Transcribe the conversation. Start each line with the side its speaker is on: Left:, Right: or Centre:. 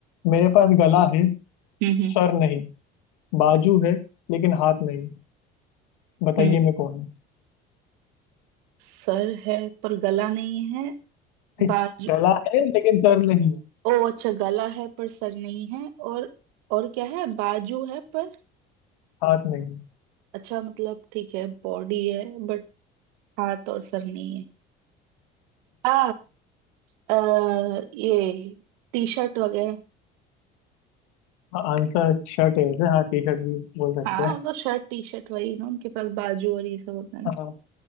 Left: मेरे पास गला है
Right: हम्म हम्म
Left: सर नहीं बाजू है लेकिन हाथ नहीं बताइए
Right: हम्म
Left: मैं कौन हूँ
Right: सर है पर गला नहीं है
Left: <laughs>
Right: बाजू
Left: गला है लेकिन सर नहीं है
Right: ओ अच्छा गला है पर सर नहीं है और और क्या है बाजू है पर
Left: हाथ नहीं है
Right: अच्छा मतलब ठीक है बॉडी है बट हाथ और सर नहीं है आ, अ, ये टी शर्ट वगैरह
Left: हाँ, आंसर शर्ट है वैसे हाँ टी शर्ट भी बोल सकते
Right: हाँ
Left: हैं
Right: मतलब शर्ट टी शर्ट वही ना उनके पास बाजू और ये सब होता है ना
Left: हाँ